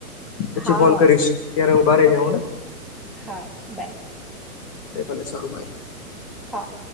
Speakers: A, on the left (about 20°); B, in the centre.
A: પછી
B: હા
A: ફોન કરીશ અત્યારે હું બાર
B: ઓકે
A: જાઉને.
B: ઓકે હા બાય
A: ભલે ભલે સારું ભાઈ.
B: હા.